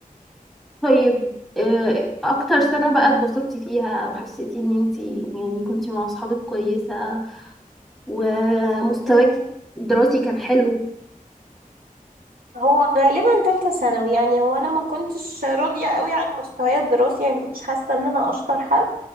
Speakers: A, in the centre; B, on the right.
A: طيب آه، أكتر سنة بقى اتبسطتي فيها أو حسيتي إن انتي يعني كنتي مع أصحابك كويسة ومستواكي
B: آه،
A: الدراسي كان حلو
B: هو غالبا تالتة ثانوي يعني هو انا ما كنتش راضية قوي عن مستواي الدراسي يعني ما كنتش حاسة ان انا اشطر حد